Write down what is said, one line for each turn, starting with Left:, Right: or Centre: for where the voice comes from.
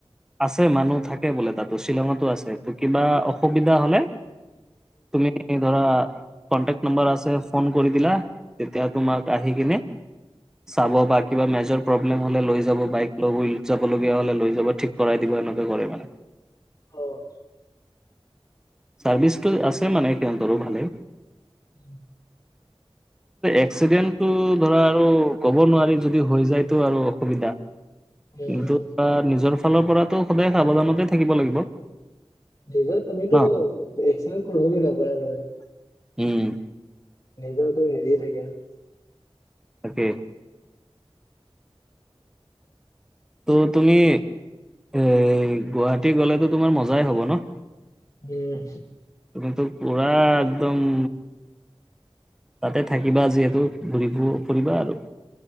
Centre: আছে মানুহ থাকে বোলে তাতো। শ্বিলঙতো আছে ত কিবা। সুবিধা হ'লে। তুমি ধৰা কনটেকট নাম্বাৰ আছে। ফোন কৰি দিলা, তেতিয়া তোমাক আহি কিনে চাব বা কিবা মেজৰ প্ৰব্লেম হ'লে লৈ যাব, বাইক লৈ যাবলগীয়া হ'লে লৈ যাব। ঠিক কৰাই দিব, এনেকে কৰে মানে।
Left: অ',
Centre: চাৰ্ভিচটো আছে মানে সিহঁতৰো ভালে।
Left: উ
Centre: এক্সিডেণ্টো ধৰা আৰু ক'ব নোৱাৰি। যদি হৈ যায়টো আৰু অসুবিধা
Left: উম
Centre: কিন্তু নিজৰ ফালৰ পৰাতো সদায় সাৱধানতে থাকিব লাগিব।
Left: নিজৰ তুমিতো
Centre: ন
Left: এক্সেল কৰ বুলি নক নহয়।
Centre: উম্,
Left: নিজৰ টো হেৰিয়ে থাকে আৰু।
Centre: তাকে। ত' তুমি, এ গুৱাহাটী গ'লেটো তোমাৰ মজাই হ'ব ন।
Left: উম্,
Centre: তোমাৰটো পুৰা একদম। তাতে থাকিবা যিহেতু ঘুৰিব ফুৰিবা আৰু।